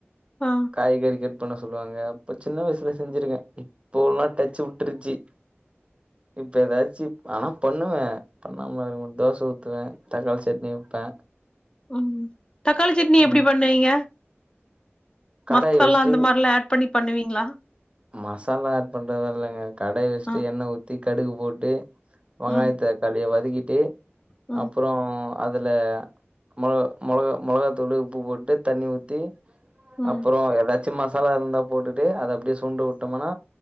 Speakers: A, on the left; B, on the right.
A: ஆ
B: காய்கறி கட் பண்ண சொல்லுவாங்க அப்ப சின்ன வயசுல செஞ்சிருக்கே இப்போலா டச்சு வுட்ருச்சு இப்ப எதாச்சு ஆனா பண்ணுவே பண்ணாமலா இருக்கமாட் தோச ஊத்துவே தக்காளி சட்னி வெப்பே
A: அம் தக்காளி சட்னி எப்டி
B: ம்
A: பண்ணுவீங்க
B: கடாய்
A: மசாலா
B: வச்ட்டு
A: அந்த மார்லா ஆட் பண்ணி பண்ணுவீங்ளா
B: மசாலா ஆட் பண்றது இல்லைங்க கடாய் வச்ட்டு
A: ஆ
B: எண்ணெ ஊத்தி கடுகு போட்டு வெங்காய
A: ம்
B: தக் காளிய வதக்கிட்டு
A: ம்
B: அப்றோ அதுல மொளகா மொளகா மொளகாத்தூளு உப்பு போட்டு தண்ணி ஊத்தி ஸ்
A: ம்
B: அப்பறோ எதாச்சு மசாலா இருந்தா போட்டுட்டு அத அப்டியே துண்ட வுட்டமனா